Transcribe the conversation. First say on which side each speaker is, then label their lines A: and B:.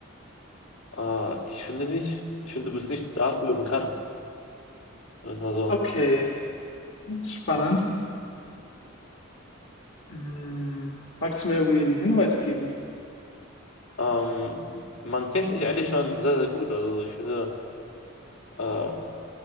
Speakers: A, on the left (about 80°); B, on the left (about 65°).
A: äh, ich finde nicht, ich finde, du bist nicht dafür bekannt, sagen wir es mal so.
B: Okay, das ist spannend. Hm, magst du mir irgendwie einen Hinweis geben?
A: Ähm, man kennt dich eigentlich schon sehr, sehr gut. Also ich finde, äh,